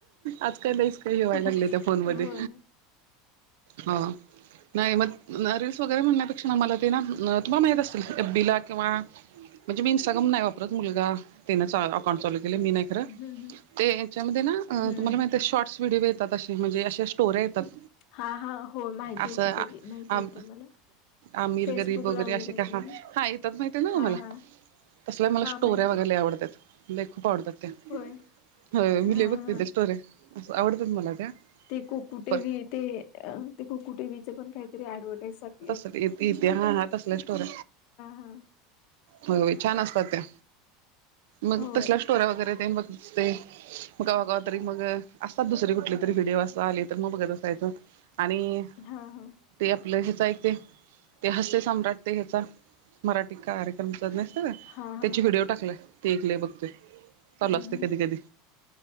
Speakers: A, on the right; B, on the left.
A: आज काय बेस काही हेवाय लागले
B: होय.
A: ते मध्ये हां नाही रिल्स वगैरे म्हणण्यापेक्षा न मला ते ते ना तुम्हाला माहीत असतील एफ बीला किंवा म्हणजे मी इंस्टाग्राम नाही वा. परत मुलगा त्यानेच अकाउंट चालू केलय मी नाही. च्यामध्ये
B: हं, हं.
A: ना
B: हं.
A: तुम्हाला माहि शॉर्ट्स व्हिडिओ येतात असे म्हणजे अशा स्टोर्या तप
B: हां, हां. हो माहिती
A: आस
B: आहे की बघी माहिती
A: आम
B: आहे ते मला.
A: आमिर
B: फेसबुकला
A: गरीब वगैरे असे
B: येतात
A: का ह हा.
B: ना?
A: त्यात माहिती आहे ना
B: हां,
A: तम्हाला
B: हां.
A: तसल्या मला
B: हां,
A: स्टोऱ्या
B: माहिती
A: वगैरे
B: आहेत.
A: आवडतात. खूप आवडतात त्या
B: होय.
A: हो
B: हां,
A: मी लि बघते
B: हां.
A: ते स्टोरे आवडतात मला त्या
B: ते कुक. कुठे
A: पण
B: बी ते ख कुठे बीचे पण काहीतरी ऍडवर टाईज साठी
A: इतिहासात तसले स्टोर.
B: हां.
A: व्हय व्हय छान असतात त्या मग
B: होय.
A: तसल्या स्टोऱ्या वगैरे ते बघ. ते मग कावागा तरी मग असतात दुसरी कुठली तरी व्हिडिओ असं आले तर मग बघत असायचं आणि
B: हम्म हम्म.
A: ते आपलं ह्याचा एक ते ते हस्य सम्राट ते ह्याचा मराठी कार सत
B: हां, हां.
A: त्याची व्हिडिओ टाकलाय ते ऐकय बघते. चालू
B: हं,
A: असतय
B: हं.
A: कधी कधी.